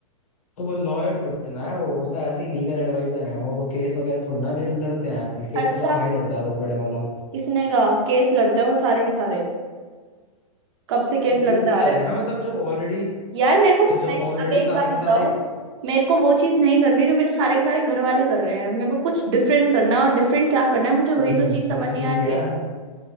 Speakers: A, on the left (about 70°); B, on the right (about 50°).
A: तो वो लॉयर थोड़े ना है वो वो तो ऐसे ही लीगल एडवाइजर है वो केस वगैरह थोड़ी ना लड़, लड़ते हैं केस
B: अच्छा
A: तो तेरा भाई लड़ता है बस बड़े वाला
B: किसने कहा केस लड़ते हैं वो सारे के सारे कब से केस
A: तो
B: लड़ते
A: तू भी
B: आ
A: चले
B: रहे
A: जाना
B: हैं
A: मतलब जब ऑलरेडी
B: यार मेरे को
A: तो जब
B: मैं
A: ऑलरेडी
B: अब एक
A: सारे
B: बार
A: के
B: बताओ
A: सारे
B: मेरे को वो चीज नहीं करनी जो मेरे सारे के सारे घर वाले कर रहे हैं मेरे को कुछ डिफरेंट करना है और डिफरेंट क्या करना है मुझे वही
A: हम्म,
B: तो चीज
A: चल
B: समझ
A: ठीक
B: नहीं आ रही
A: है
B: है